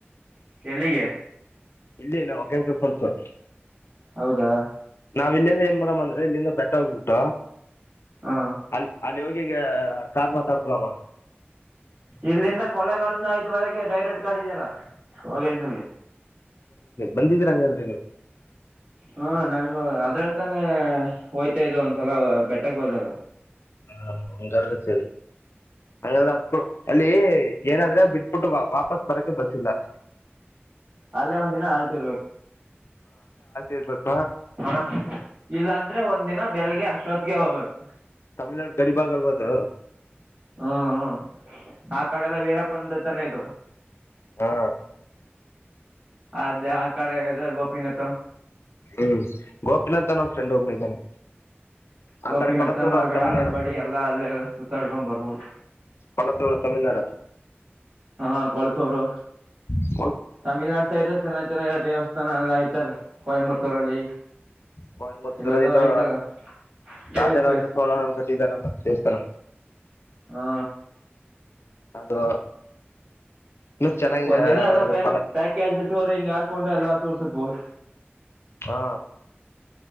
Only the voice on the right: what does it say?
ಎಲ್ಲಿಗೆ.
ಹೌದಾ
ಹಾ
ಇಲ್ಲಿಂದ ಕೊಲೆಗಾಲನ ಐದುವರೆಗೆ ಡೈರೆಕ್ಟ್ ಕಳಿದೆಲ್ಲನ್ಕಲ್ಗೆ
ಹಾ ನಾನು ಅದ್ರಳ್ತಾನೆ ಹೋಯ್ತಾ ಇದ್ದ ಒಂದ್ಸಲ ಬೆಟ್ಟಕ್ ಹೋದಲ್ಲ
ಅಲ್ಲೇ ಒಂದ ದಿನ ಆಲ್ಟ ಇರ್ಬೇಕು
ಹಣ ಇಲ್ಲಾಂದ್ರೆ ಒಂದ ದಿನ ಬೆಳಿಗ್ಗೆ ಅಷ್ಟ್ರೋತ್ಗೆ ಹೋಗ್ಬೇಕು
ಹ್ಮ ಹ್ಮ್ ಆ ಕಡೆಲ್ಲ ವೀರಪ್ಪಂದ ತಾನೆ ಇ
ಅದೇ ಆ ಕಡೆ ಗೋಪಿನಥಂ
ಗೋಪಿನತ್ತಮ್ಮ
ಕಡೆ
ಆಳಂಬಡಿ ಎಲ್ಲಲ್ಲ ಸುತ್ತಾಡ್ಕೊಂಡ್ ಬರ್ಬೋದು
ಹಾ ಕೊಳ್ಸೋರು
ತಮಿಳ್ನಾಡು ಸೈಡ್ ಚೆನ್ನ ಚೆನ್ನಾಗಿ ದೇವಸ್ಥಾನ ಎಲ್ಲ ಆಯ್ತಲ್ಲ ಕೊಯಮತ್ತೂರಲ್ಲಿ
ಇಲ್ಲೆಲ್ಲೋ
ಐತಲ್ಲ ಟೂರಿಸ್ಟ್
ಪ್ಲೇಸ್
ಹಾ
ಒಂದ ದಿನ ಎಲ್ಲ
ಪ
ಪ್ಯಾಕೇಜ್ಟ್ಟೋರ್ ಹಿಂಗ್ ಹಾಕೊಂಡ್ರೆ ಎಲ್ಲಾ ತೋರ್ಸತ್ ಬ